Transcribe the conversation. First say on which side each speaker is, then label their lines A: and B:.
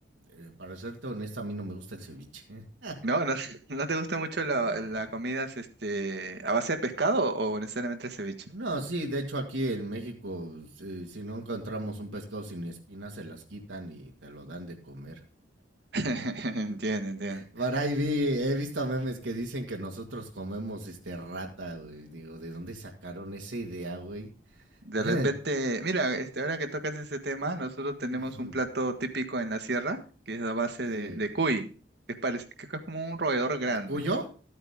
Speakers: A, on the right; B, on the right.
A: eh, para serte honesta, a mí no me gusta el ceviche. <laughs>
B: No, no, <laughs> ¿no te gusta mucho la,
A: No.
B: la comida este, a base de pescado o necesariamente el ceviche?
A: No, sí, de hecho aquí en México, si, si no encontramos un pescado sin espinas, se las quitan y te lo dan de comer.
B: <laughs> Entiendo, entiendo.
A: Por ahí vi, he visto memes que dicen que nosotros comemos este rata, güey. Digo, ¿de dónde sacaron esa idea, güey?
B: De
A: <laughs>
B: repente, mira, este, ahora que tocas ese tema, nosotros tenemos
A: Ujú,
B: un plato típico en la sierra, que es a base
A: sí.
B: de, de cuy, que es, parec- que es como un roedor grande.
A: ¿El cuyo?